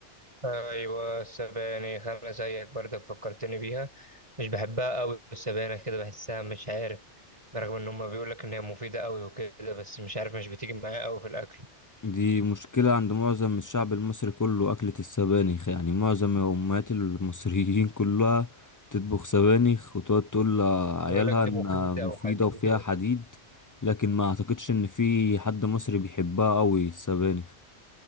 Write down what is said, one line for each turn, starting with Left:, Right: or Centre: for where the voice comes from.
Right: ايوه السبانخ انا زيك برضك فكرتني بيها مش بحبها قوي السبانخ كده بحسها مش عارف رغم ان هم بيقول لك ان هي مفيده قوي وكده بس مش عارف مش بتيجي معايا قوي في الاكل
Left: دي مشكلة عند معظم الشعب المصري كله أكلة السبانخ يعني معظم أمهات المصريين كلها تطبخ سبانخ وتقعد تقول لعيالها
Right: بيقول لك دي
Left: إنها
Right: مفيده
Left: مفيدة
Right: وحديد
Left: وفيها
Right: و-
Left: حديد لكن ما أعتقدش إن في حد مصري بيحبها أوي السبانخ